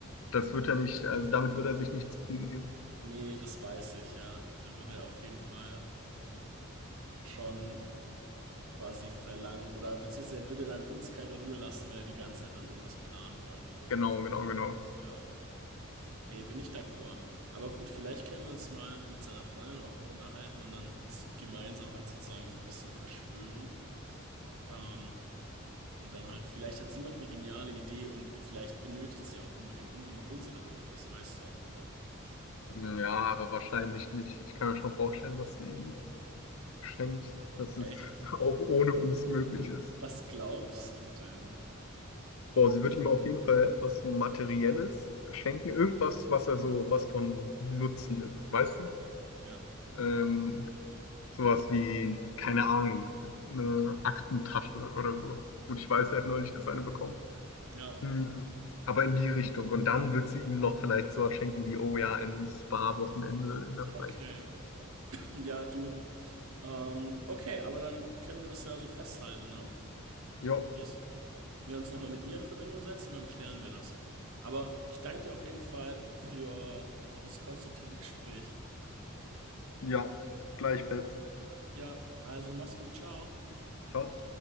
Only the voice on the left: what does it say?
Das wird er nicht, also damit wird er sich nicht zufrieden geben.
Genau,
genau, genau.
Ja, aber wahrscheinlich nicht. Ich kann mir schon vorstellen, was sie ihm schenkt, dass
es <laughs> auch ohne uns möglich ist.
Boah, sie wird ihm auf jeden Fall etwas Materielles schenken, irgendwas, was er so, was von Nutzen ist, weißt du?
Ähm, sowas wie, keine Ahnung, eine Aktentasche oder so. Gut, ich weiß, er hat neulich erst eine bekommen.
Hm, aber in die Richtung. Und dann wird sie ihm noch vielleicht sowas schenken wie, oh ja, ein Spa-Wochenende in der Schweiz.
Jo,
ja, gleichfalls.
Ciao.